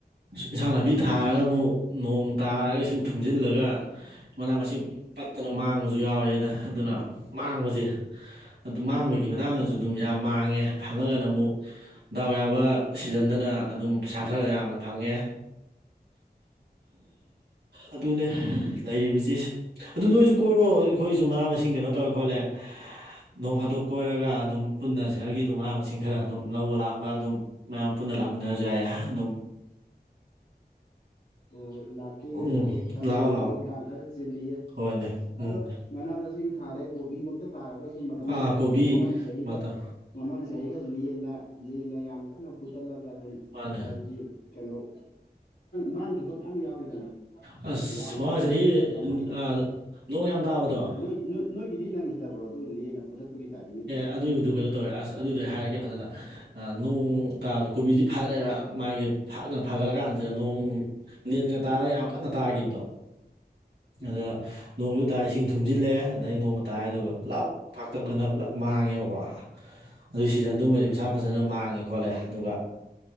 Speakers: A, on the right; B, on the left.
A: ꯏꯟꯁꯥꯡ ꯅꯥꯄꯤ ꯊꯥꯔꯒ ꯑꯃꯨꯛ ꯅꯣꯡ ꯇꯥꯔꯒ ꯏꯁꯤꯡ ꯊꯨꯝꯖꯤꯜꯂꯒ ꯃꯅꯥ ꯃꯁꯤꯡ ꯄꯠꯇꯅ ꯃꯥꯡꯕꯁꯨ ꯌꯥꯎꯋꯦꯗ ꯑꯗꯨꯅ ꯃꯥꯡꯕꯁꯦ ꯑꯗꯨ ꯃꯥꯡꯕꯒꯤ
B: ꯎꯝ
A: ꯃꯇꯥꯡꯗꯁꯨ ꯑꯗꯨꯝ ꯌꯥꯝ ꯃꯥꯡꯉꯦ ꯐꯪꯉꯒꯅ ꯑꯃꯨꯛ ꯗꯥꯎ ꯌꯥꯕ ꯁꯤꯖꯟꯗꯅ ꯑꯗꯨꯝ ꯄꯩꯁꯥ ꯈꯔ ꯌꯥꯝꯅ ꯐꯪꯉꯦ ꯑꯗꯨꯅꯦ ꯂꯩꯔꯤꯕꯁꯤꯦ ꯑꯗꯨ
B: ꯃꯥ
A: ꯅꯣꯏꯁꯨ ꯀꯣꯏꯔꯣ ꯑꯩꯈꯣꯏꯁꯨ ꯃꯅꯥ ꯃꯁꯤꯡ ꯀꯩꯅꯣ ꯇꯧꯔꯦ ꯈꯣꯠꯂꯦ ꯅꯣꯡ ꯈꯥꯗꯣꯛ ꯀꯣꯏꯔꯒ ꯑꯗꯨꯝ ꯄꯨꯟꯅ ꯁꯦꯔꯒꯤꯗꯨꯣ ꯃꯅꯥ ꯃꯁꯤꯡ ꯈꯔ ꯑꯗꯨꯝ ꯂꯧꯕ ꯂꯥꯛꯄ ꯑꯗꯨꯝ ꯃꯌꯥꯝ ꯄꯨꯟꯅ ꯂꯥꯛꯃꯤꯟꯅꯖꯏ ꯑꯗꯨꯝ
B: ꯑꯣ ꯂꯥꯛꯀꯦ
A: ꯎꯝ
B: ꯑꯗꯣ ꯑꯩꯁꯨ
A: ꯂꯥꯛꯑꯣ
B: ꯊꯕꯛ
A: ꯂꯥꯛꯑꯣ
B: ꯏꯪꯈꯥꯡ ꯈꯔ ꯆꯤꯜꯂꯤꯌꯦ
A: ꯍꯣꯏꯅꯦ ꯎꯝ
B: ꯑꯗꯣ ꯃꯅꯥ ꯃꯁꯤꯡ ꯊꯥꯔꯦ ꯀꯣꯕꯤꯃꯨꯛꯇ ꯍꯦꯛꯇ ꯐꯥꯔꯒꯁꯨ ꯃꯇꯝ
A: ꯑꯥ ꯀꯣꯕꯤ
B: ꯀꯩꯅꯣ ꯃꯃꯥꯡ ꯆꯍꯤꯒ
A: ꯃꯇꯝ
B: ꯃꯃꯥꯡ ꯆꯍꯤꯒ ꯂꯦꯅ ꯂꯦꯅ ꯌꯥꯝ ꯀꯟꯅ ꯐꯨꯊꯠꯂꯒ ꯑꯗꯨꯝ
A: ꯃꯥꯅꯦ
B: ꯍꯥꯏꯕꯗꯤ ꯀꯩꯅꯣꯥꯡ ꯃꯥꯡꯈꯤꯕ ꯃꯌꯥꯝ ꯌꯥꯎꯔꯤꯗꯅ
A: ꯑꯁ
B: ꯑꯗꯨꯝ ꯋꯥꯅ
A: ꯃꯃꯥꯡ
B: ꯍꯣꯠꯅꯖꯔꯛꯑꯒ
A: ꯆꯍꯤ
B: ꯃꯍꯩ
A: ꯑ ꯅꯣꯡ ꯌꯥꯝ ꯇꯥꯕꯗꯣ
B: ꯅꯣꯏ ꯅꯣꯏꯒꯤꯗꯤ ꯅꯪꯈꯤꯗꯕ꯭ꯔꯣ ꯑꯗꯨ ꯂꯦꯅ ꯐꯨꯊꯠꯄꯒꯤ ꯇꯥꯏꯃꯤꯡꯒꯤꯗꯣ
A: ꯑꯗꯨꯏꯒꯤꯗꯨ ꯀꯩꯅꯣ ꯇꯧꯋꯦ ꯑꯁ ꯑꯗꯨꯗꯩ ꯍꯥꯏꯔꯛꯀꯦ ꯐꯖꯅ ꯅꯣꯡ ꯇꯥꯕꯗ ꯀꯣꯕꯤꯁꯤ ꯐꯔꯛꯑꯦꯕ ꯃꯥꯒꯤ ꯐꯠꯅ ꯐꯒꯠꯂ ꯀꯥꯟꯁꯤꯗ ꯅꯣꯡ ꯅꯦꯟꯒ ꯇꯥꯔꯒ ꯌꯥꯝ ꯀꯟꯅ ꯇꯥꯈꯤꯕꯗꯣ
B: ꯎꯝ
A: ꯑꯗ ꯅꯣꯡꯁꯨ ꯇꯥꯏꯔ ꯏꯁꯤꯡ ꯊꯨꯝꯖꯤꯜꯂꯛꯑꯦ ꯑꯗꯩ ꯅꯣꯡꯒ ꯇꯥꯏ ꯑꯗꯨꯒ ꯄꯨꯂꯞ ꯄꯥꯛꯇꯛꯅꯅ ꯄꯨꯂꯞ ꯃꯥꯡꯉꯦꯕꯀꯣ ꯑꯗꯨ ꯁꯤꯖꯟꯗꯨꯃꯗꯤ ꯄꯩꯁꯥ ꯐꯖꯅ ꯃꯥꯡꯉꯦ ꯈꯣꯠꯂꯦ ꯑꯗꯨꯒ